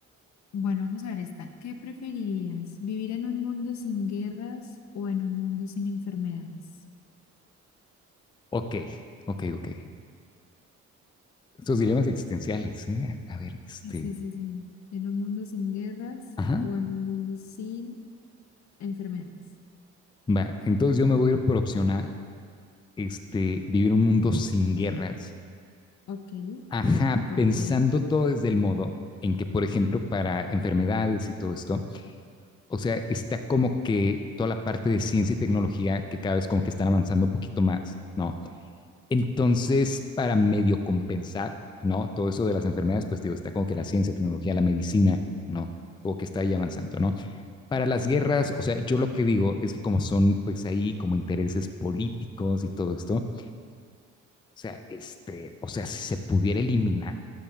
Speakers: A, on the left (about 65°); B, on the left (about 15°).
A: bueno, vamos a ver esta. ¿Qué preferirías? ¿Vivir en un mundo sin guerras o en un mundo sin enfermedades?
B: Ok, ok, ok. Estos dilemas existenciales, ¿eh? A a ver, este,
A: Sí, sí, sí, sí. ¿En un mundo sin guerras
B: ajá.
A: o en un mundo sin Enfermedades.
B: Va, entonces yo me voy a ir por opción A, este, vivir un mundo sin guerras
A: Ok.
B: Ajá,
A: ¿Y por
B: pensando
A: qué?
B: todo desde el modo en que, por ejemplo, para enfermedades y todo esto, o sea, está como que toda la parte de ciencia y tecnología que cada vez como que están avanzando un poquito más, ¿no? Entonces, para medio compensar, ¿no? Todo eso de las enfermedades, pues digo, está como que la ciencia, tecnología, la medicina, ¿no? o que está ahí avanzando, ¿no? Para las guerras, o sea, yo lo que digo es que como son pues ahí como intereses políticos y todo esto, o sea, este, o sea, si se pudiera eliminar